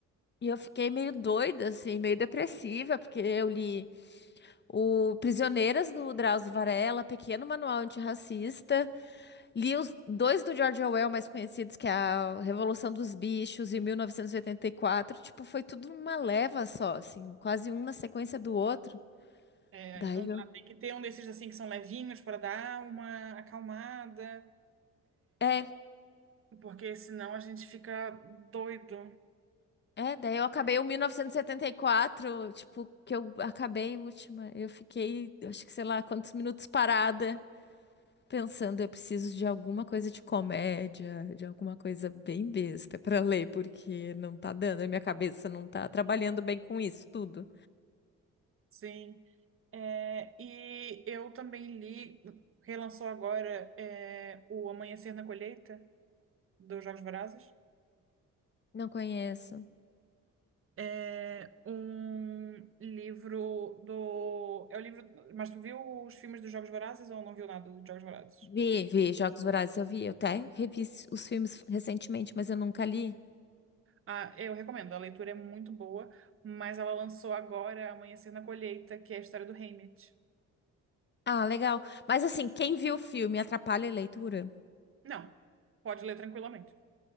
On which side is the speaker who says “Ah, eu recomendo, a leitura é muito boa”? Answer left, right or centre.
Right